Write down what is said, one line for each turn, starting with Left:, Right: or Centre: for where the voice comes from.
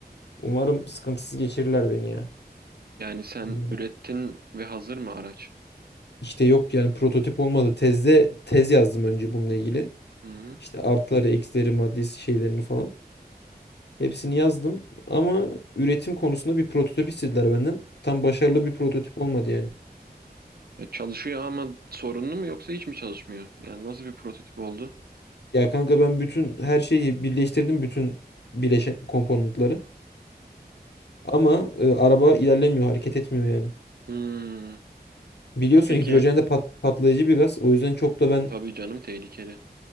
Left: Umarım sıkıntısız geçirirler beni ya.
Right: Yani sen
Left: Anladım.
Right: ürettin ve hazır mı araç?
Left: İşte yok yani prototip olmadı. Tezde tez yazdım önce bununla ilgili.
Right: Hı.
Left: İşte artıları, eksileri, maddi şeylerini falan. Hepsini yazdım ama üretim konusunda bir prototip istediler benden. Tam başarılı bir prototip olmadı yani.
Right: Ya çalışıyor ama sorunlu mu yoksa hiç mi çalışmıyor? Yani nasıl bir prototip oldu?
Left: Ya kanka ben bütün her şeyi birleştirdim bütün bileşen komponentleri. Ama e, araba ilerlemiyor, hareket etmiyor yani.
Right: Hmm.
Left: Biliyorsun
Right: Peki
Left: hidrojen de pat- patlayıcı bir gaz. O yüzden çok da ben
Right: tabii canım tehlikeli.